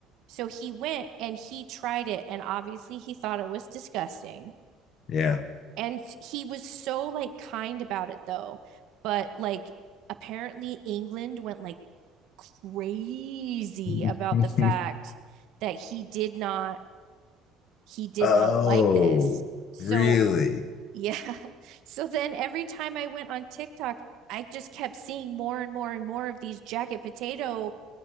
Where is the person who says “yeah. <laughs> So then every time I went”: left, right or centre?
Right